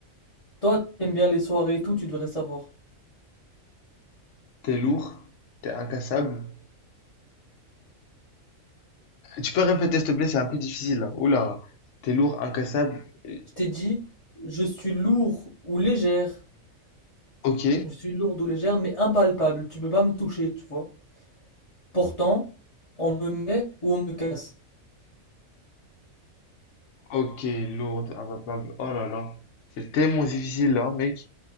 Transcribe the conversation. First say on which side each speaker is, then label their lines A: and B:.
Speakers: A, on the left (about 30°); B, on the left (about 65°).
A: Toi, t'aimes bien les soirées et tout, tu devrais savoir.
B: T'es lourd, t'es incassable. Tu peux répéter s'il te plaît, c'est un peu difficile là. Oula, t'es lourd, incassable. et-
A: Je t'ai dit, je suis lourd ou légère.
B: Ok,
A: Je suis lourde ou légère, mais impalpable. Tu peux pas me toucher, tu vois. Pourtant, on me met ou on me casse.
B: ok, lourd, imbattable. Oh là là, c'est tellement difficile là, mec.